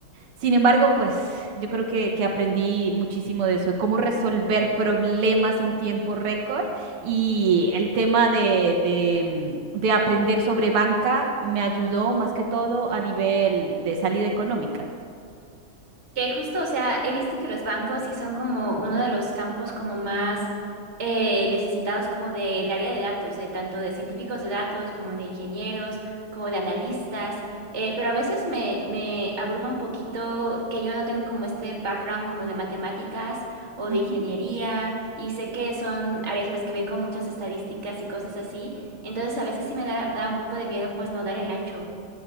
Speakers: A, on the right; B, on the right.
A: sin embargo, pues yo creo que, que aprendí muchísimo de eso, de cómo resolver problemas en tiempo récord y el tema de, de, mm, de aprender sobre banca me ayudó más que todo a nivel de salida económica.
B: Que justo, o sea, he visto que los bancos sí son como uno de los campos como más eh, necesitados como del área de datos, de tanto de científicos de datos como de ingenieros, como de analistas, eh, pero a veces me, me abruma un poquito que yo no tengo como este background como de matemáticas o
A: Ujú.
B: de ingeniería y sé que son áreas en las que ven como muchas estadísticas y cosas así, entonces a veces sí me da, da un poco de miedo pues no dar el ancho.